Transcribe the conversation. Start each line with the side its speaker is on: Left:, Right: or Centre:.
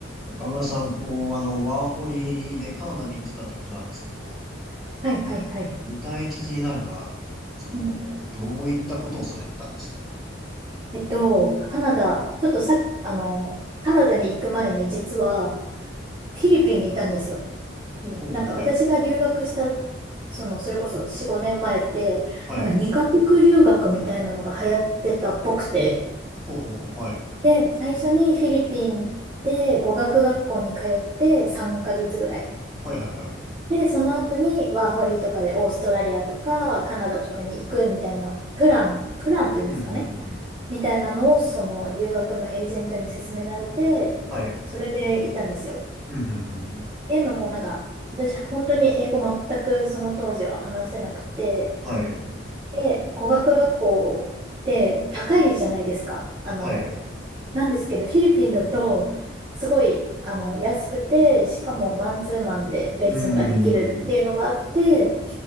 Centre: 岡村さん、こう、あの、ワーホリでカナダに行ってたってことなんですけど、
Right: はい、はい、はい。
Centre: 具体的になんか、その、
Right: うん
Centre: どういったことをされてたんですかほ
Right: えっと、カナダ、ちょっとさ、あの、カナダに行く前に実はフィリピンにいたんですよ。
Centre: うほうほう、
Right: なんか私が留学した、
Centre: はい。
Right: その、それこそ4、5年前って、
Centre: はい。
Right: なんか2カ国留学みたいなのが流行ってたっぽくて。
Centre: ほうほうほう、はい。
Right: で、最初にフィリピンで語学学校に通って3ヶ月ぐらい。
Centre: はいはいはい。
Right: で、その後にワーホリとかでオーストラリアとかカナダとかに行くみたいなプラン、プランっていうんですかね。
Centre: うん、ふんふんふん。
Right: みたいなのを、その留学のエージェントに勧められて、
Centre: はい。
Right: それでいたんですよ。
Centre: うん、ふんふんふん。
Right: っていうのも、なんか、私、本当に英語全くその当時は話せなくて、
Centre: はい。
Right: で、語学学校って高いじゃないですか。あの、
Centre: はい。
Right: なんですけど、フィリピンだと、すごい、あの、安くて、しかもマンツーマンでレッスンができるっていうのがあって、
Centre: うーん。はい